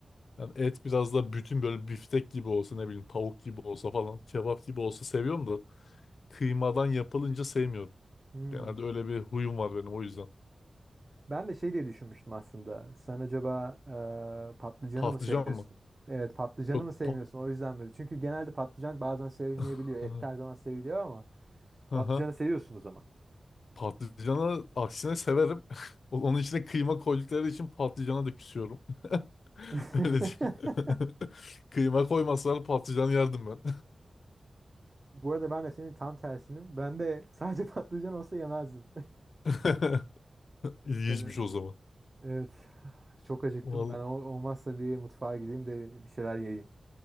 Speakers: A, on the left; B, on the right.
A: Yani et biraz da bütün böyle biftek gibi olsa ne bileyim tavuk gibi olsa falan kebap gibi olsa seviyorum da kıymadan yapılınca sevmiyorum.
B: hmm.
A: Genelde öyle bir huyum var benim o yüzden.
B: Ben de şey diye düşünmüştüm aslında. Sen acaba e, patlıcanı
A: Patlıcan
B: mı sevmiyorsun?
A: mı?
B: Evet, patlıcanı
A: Yok
B: mı sevmiyorsun?
A: pa
B: O yüzden böyle. Çünkü genelde patlıcan bazen sevilmeyebiliyor.
A: <laughs>
B: Et her zaman seviliyor ama
A: Aha.
B: patlıcanı seviyorsun o zaman.
A: Patlıcanı aksine severim. <laughs> Onun içine kıyma koydukları için patlıcana da küsüyorum. <laughs>
B: <laughs>
A: Öyle diyeyim. <laughs> Kıyma koymasalar patlıcan yerdim ben.
B: Bu arada ben de senin tam tersinim. Ben de sadece <laughs> patlıcan olsa yemezdim.
A: <laughs> İlginçmiş
B: Ee,
A: o zaman.
B: Evet. Çok acıktım.
A: Vallahi,
B: Ben o- olmazsa bir mutfağa gideyim de bir şeyler yiyeyim.